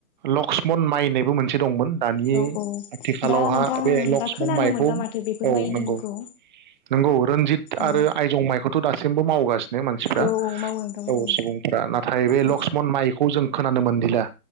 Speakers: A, on the right (about 30°); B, on the left (about 35°).
A: लक्स मन माइ होननायबो मोनसे दंमोन। दानि
B: औ औ
A: आथिखालावहा
B: दा नोंथां
A: बे लक्ष्मन
B: दा खोनानो
A: माइखौ
B: मोनला माथो बेफोर
A: औ
B: माइनि
A: नंगौ
B: मुंखौ
A: नंगौ रन्जित
B: औ
A: आरो आइजं माइखौ थ दासिमबो मावगासिनो। माने मानसिफ्रा
B: औ औ मावो नोंथां
A: औ
B: मावो
A: सुबुंफ्रा नाथाय बे लक्ष्मन
B: औ
A: माइखौ जों जों खोनानो मोनदिला।